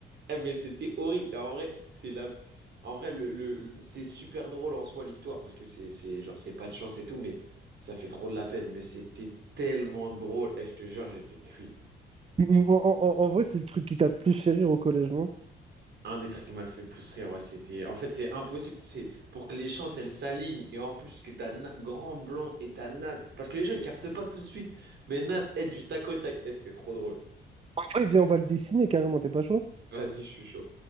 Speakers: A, on the right (about 60°); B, on the right (about 30°).
A: Eh, mais c'était horrible. Et en vrai, c'est la, en vrai, le, le- c'est super drôle en soi l'histoire parce que c'est, c'est genre, c'est pas de chance et tout, mais ça fait trop de la peine. Mais c'était tellement drôle. Eh, je te jure, j'étais cuit.
B: En, en- en- en vrai, c'est le truc qui t'a le plus fait rire au collège, non?
A: Un des trucs qui m'a le fait plus rire, ouais, c'était. En fait, c'est impossible. C'est pour que les chances, elles s'alignent. Et en plus, que t'as Na- Grand Blanc et t'as Nat. Parce que les gens, ils captent pas tout de suite. Mais Nat est du tac au tac. Eh, c'était trop drôle.
B: En vrai, viens, on va le dessiner carrément, t'es pas chaud?
A: Vas-y, je suis chaud.